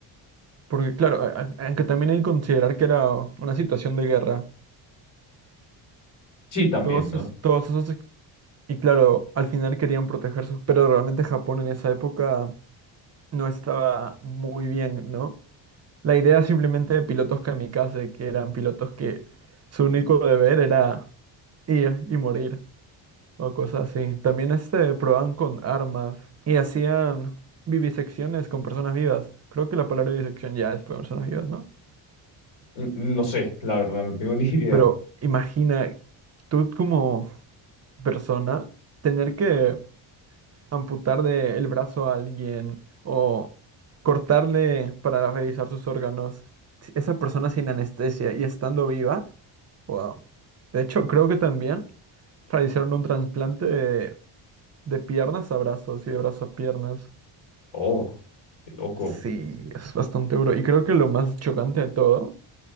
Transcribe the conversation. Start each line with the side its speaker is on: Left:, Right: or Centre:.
Right: Porque claro, a- a- aunque también hay que considerar que era una situación de guerra.
Left: Sí, también,
Right: Todos,
Left: ¿no?
Right: es- todos esos... ex- Y claro, al final querían protegerse, pero realmente Japón en esa época no estaba muy bien, ¿no? La idea simplemente de pilotos kamikaze, que eran pilotos que su único deber era ir y morir, o cosas así. También este, probaban con armas y hacían vivisecciones con personas vivas. Creo que la palabra vivisección ya es para personas vivas, ¿no?
Left: N- No sé, la verdad, no tengo <laughs> ni idea.
Right: Pero imagina, tú como persona, tener que amputarle el brazo a alguien o cortarle para revisar sus órganos, si esa persona sin anestesia y estando viva, wow. De hecho, creo que también realizaron un trasplante de, de piernas a brazos y de brazos a piernas.
Left: Oh, qué loco.
Right: Sí, es bastante duro. Y creo que lo más chocante de todo